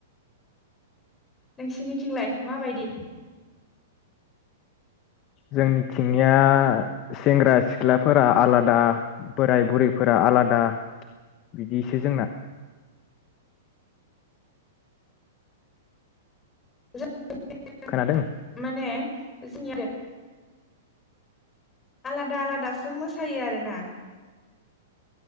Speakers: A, on the left; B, on the left.
A: नोंसिनिथिंलाय माबायदि?
B: जोंनिथिंनिया सेंग्रा सिख्लाफोरा आलादा बोराय बुरैफोरा आलादा बिदिसो जोंना।
A: ज <unintelligible>
B: खोनादों
A: माने <unintelligible> आलादा आलादासो मोसायो आरोना?